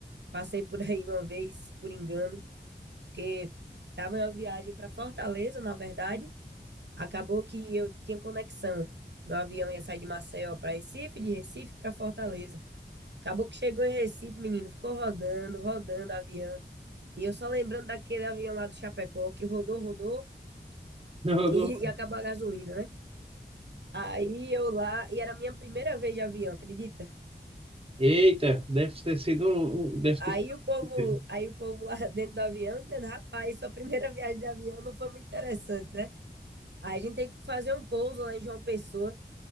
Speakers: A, on the right; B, on the right.
A: Passei por aí uma vez, por engano, porque tava em uma viagem pra Fortaleza, na verdade, Acabou que eu tinha conexão. Meu avião ia sair de Maceió para Recife, de Recife para Fortaleza. Acabou que chegou em Recife, menino, ficou rodando, rodando avião. E eu só lembrando daquele avião lá do Chapecó que rodou, rodou
B: <laughs> Eu dou, eu
A: <laughs>
B: dou-
A: e, e acabou a gasolina, né? Aí eu lá, e era a minha primeira vez de avião, acredita?
B: Eita, deve ter sido um, um- deve
A: Aí
B: ter sido.
A: o povo,
B: um
A: aí o povo lá <laughs> dentro do avião dizendo, rapaz, sua primeira <laughs> viagem de avião não foi muito interessante, né? Aí a gente teve que fazer um pouso lá em João Pessoa.